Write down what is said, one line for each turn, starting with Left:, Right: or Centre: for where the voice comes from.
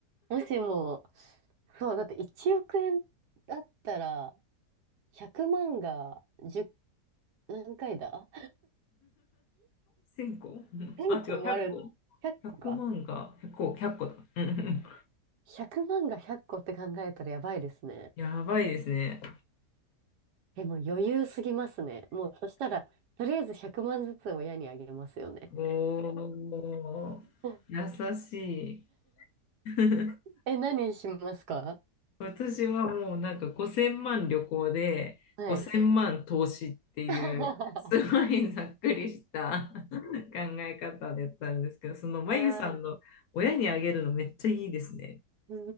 Right: もしも、そう、だって1億円だったら、100万が1何回だ
Left: 1000個あ、
Right: 1個
Left: 違う、
Right: <laughs> もある、
Left: 100個。
Right: 100個か。
Left: 100万が100個、1個だ。<laughs> うんうんうん
Right: 100万が100個っこって考えたらやばいですね。
Left: やばいですね。
Right: え、もう余裕すぎますね。もうそしたら、とりあえず100万ずつ親にあげますよね。
Left: おー、
Right: <laughs>
Left: 優しい。<laughs>
Right: え、何しますか
Left: 私はもうなんか5000万旅行で5000万投資っていうすごいざっくりした
Right: はい。<laughs>
Left: <laughs> 考え方だったんですけど、そのまゆさんの親にあげるのめっちゃいいですね。
Right: ああ、う